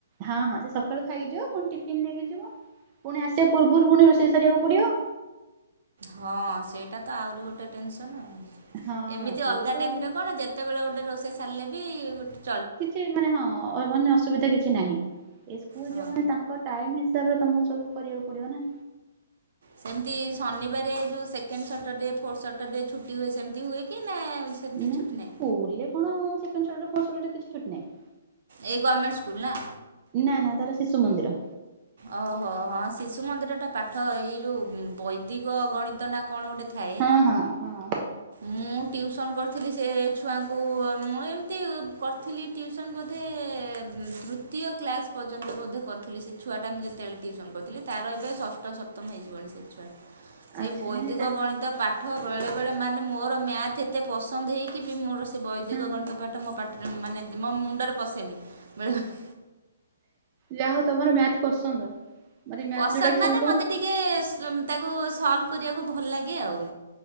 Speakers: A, on the right; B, on the right.
A: ହଁ, ହଁ ସେ ସକାଳୁ ଖାଇକି ଯିବ। ପୁଣି ଟିଫିନ ନେଇକି ଯିବ। ପୁଣି ଆସିବା ପୂର୍ବରୁ ପୁଣି ରୋଷେଇ ସାରିବାକୁ ପଡିବ।
B: ହଁ ସେଇଟା ତ ଆହୁରି ଗୋଟେ ଟେନସନ୍।
A: ହଁ
B: ଏମିତି
A: ସେଇ
B: ଅଲଗା
A: ତ
B: ଟାଇମ୍ ରେ କଣ ଯେତେବେଳେ ଗୋଟେ ରୋଷେଇ ସାରିଲେ ବି ଗୋଟ
A: କିଛି ମାନେ ହଁ ଅହିବନ୍ୟ ଅସୁବିଧା କିଛି ନାହିଁ। ଏ ସ୍କୁଲ୍
B: ହଁ।
A: ଯିବ ମାନେ ତାଙ୍କ ଟାଇମ୍ ହିସାବରେ ତୋମକୁ ସବୁ କରିବାକୁ ପଡିବ ନା।
B: ସେମିତି ଶନିବାରିଆ ଏଇ ଯୋଉ ସେକେଣ୍ଡ ସଟର୍ଡେ ଫୋର୍ ସଟର୍ଡେ ଛୁଟି ହୁଏ ସେମିତି ହୁଏ କି? ନା ସେମିତି
A: ନା
B: ଛୁଟି
A: ସ୍କୁଲ୍
B: ନାହିଁ
A: ରେ କଣ ସେକେଣ୍ଡ ସଟର୍ଡୃ ଫୋର୍ ସଟର୍ଡେ କିଛି ଛୁଟି ନାହିଁ।
B: ଏଇ ଗର୍ମେଣ୍ଟ ସ୍କୁଲ୍ ନା?
A: ନା ନା ତାର ଶିଶୁ ମନ୍ଦିର।
B: ଓହୋ! ହଁ ଶିଶୁ ମନ୍ଦିରଟା ପାଠ ଏଇ ଯୋଉ ଉଁ, ବୈଦିକ ଗଣିତ ନା କଣ ଗୋଟେ ଥାଏ।
A: ହଁ ହଁ ହଁ ହଁ
B: ମୁଁ ଟିଉସନ୍ କରିଥିଲି ସେ ଛୁଆଙ୍କୁ ମୁଁ ଏମିତି କରିଥିଲି। ଟିଉସନ୍ ବୋଧେ ହୁଁ, ତୃତୀୟ କ୍ଲାସ୍ ପର୍ଯ୍ୟନ୍ତ ବୋଧେ କରିଥିଲି ସେ ଛୁଆଟା ମୁଁ ଯେତେବେଳେ ଟିଉସନ୍ କରିଥିଲି ତାର ଏବେ ଷଷ୍ଠ ସପ୍ତମ ହେଇଯିବଣି ସେ ଛୁଆ। ସେ
A: ଆଚ୍ଛା
B: ବୈଦିକ
A: ନାଇଁ ନାଇଁ ତା
B: ଗଣିତ ପା ଠ ବେଳେବେଳେ ମାନେ ମୋର ମ୍ୟାଥ୍ ଏତେ ପସନ୍ଦ ହେଇକି ବି। ମୋର ସେ ବୈଦିକ
A: ହଁ
B: ଗଣିତ ପାଠ ମୋ ପା ଟ୍ର ମାନେ ମୋ ମୁଣ୍ଡରେ ପଶେନି। ବେଳେବେଳେ
A: ଯାହା ହଉ ତୋମର ମ୍ୟାଥ୍ ପସନ୍ଦ। ମାନେ ମ୍ୟାଥ
B: ପସନ୍ଦ
A: ଯୋଉଟା କି
B: ମାନେ
A: ସମସ୍ତଙ୍କୁ
B: ମୋତେ ଟିକେ ତାକୁ ସଲ୍ଭ କରିବାକୁ ଭଲ ଲାଗେ ଆଉ।